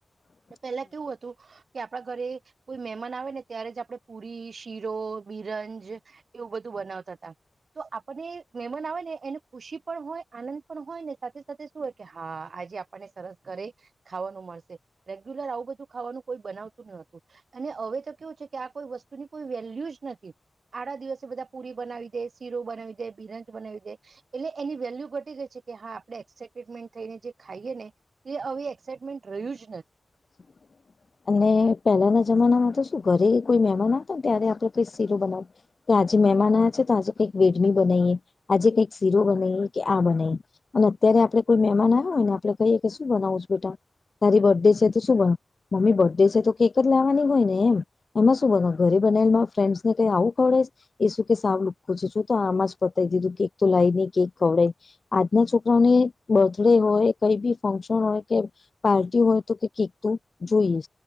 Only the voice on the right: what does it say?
પેલા કેવું હતું કે, આ આપણા ઘરે કોઈ મહેમાન આવે ને ત્યારે, જ આપડે પુરી, શીરો બિરંજ એવું બધું બના બનાવતાતા તો આપણને મેમાન આવે ને એનું ખુશી પણ હોય, આનંદ પણ હોય, ને સાથે સાથે શું હોય, કે હા આજે આપણને સરસ ઘરે ખાવાનું મ રેગ્યુલર આવું બધું ખાવાનું કોઈ બનાવતું નતું. અને હવે તો એવું છે કે આ કોઈ વસ્તુની કોઈ વેલ્યુ જ નથી. આડા દિવસે બધા પુરી બનાવી દે, સીરો બનાવી દે બિરંજ બનાવી દે. એટલે એની વેલ્યુ ઘટી ગઈ છે. કે હા આપણેે એક્સાઇટેડમેન્ટ થઈને જે ખાઈએ ને એ હવે એક્સાઇટમેન્ટ રહ્યું જ નથી.